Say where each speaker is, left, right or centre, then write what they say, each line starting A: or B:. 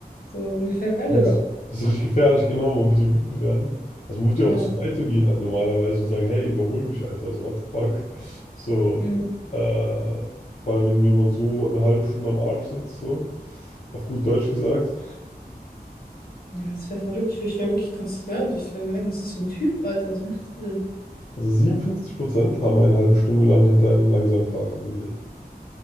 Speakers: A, on the left; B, on the left.
A: So und gefährlich.
B: Ja, das ist richtig gefährlich, genau. Man wird ja wütend werden. Also man wird ja
A: Ja.
B: auch zur Seite gehen normalerweise und sagen, hey, überhol mich, Alter, so what the fuck. So,
A: Mhm.
B: äh, vor allem, wenn mir jemand so eine halbe Stunde am Arsch sitzt, so, auf gut Deutsch gesagt.
A: Ja, das wäre verrückt. Ich, wär- ich wäre wirklich concerned. Ich würde mir denken, was ist das für ein Typ, Alter? Was macht er denn?
B: Also 57 Prozent haben eine halbe Stunde lang hinter einem langsamen Fahrer gewählt.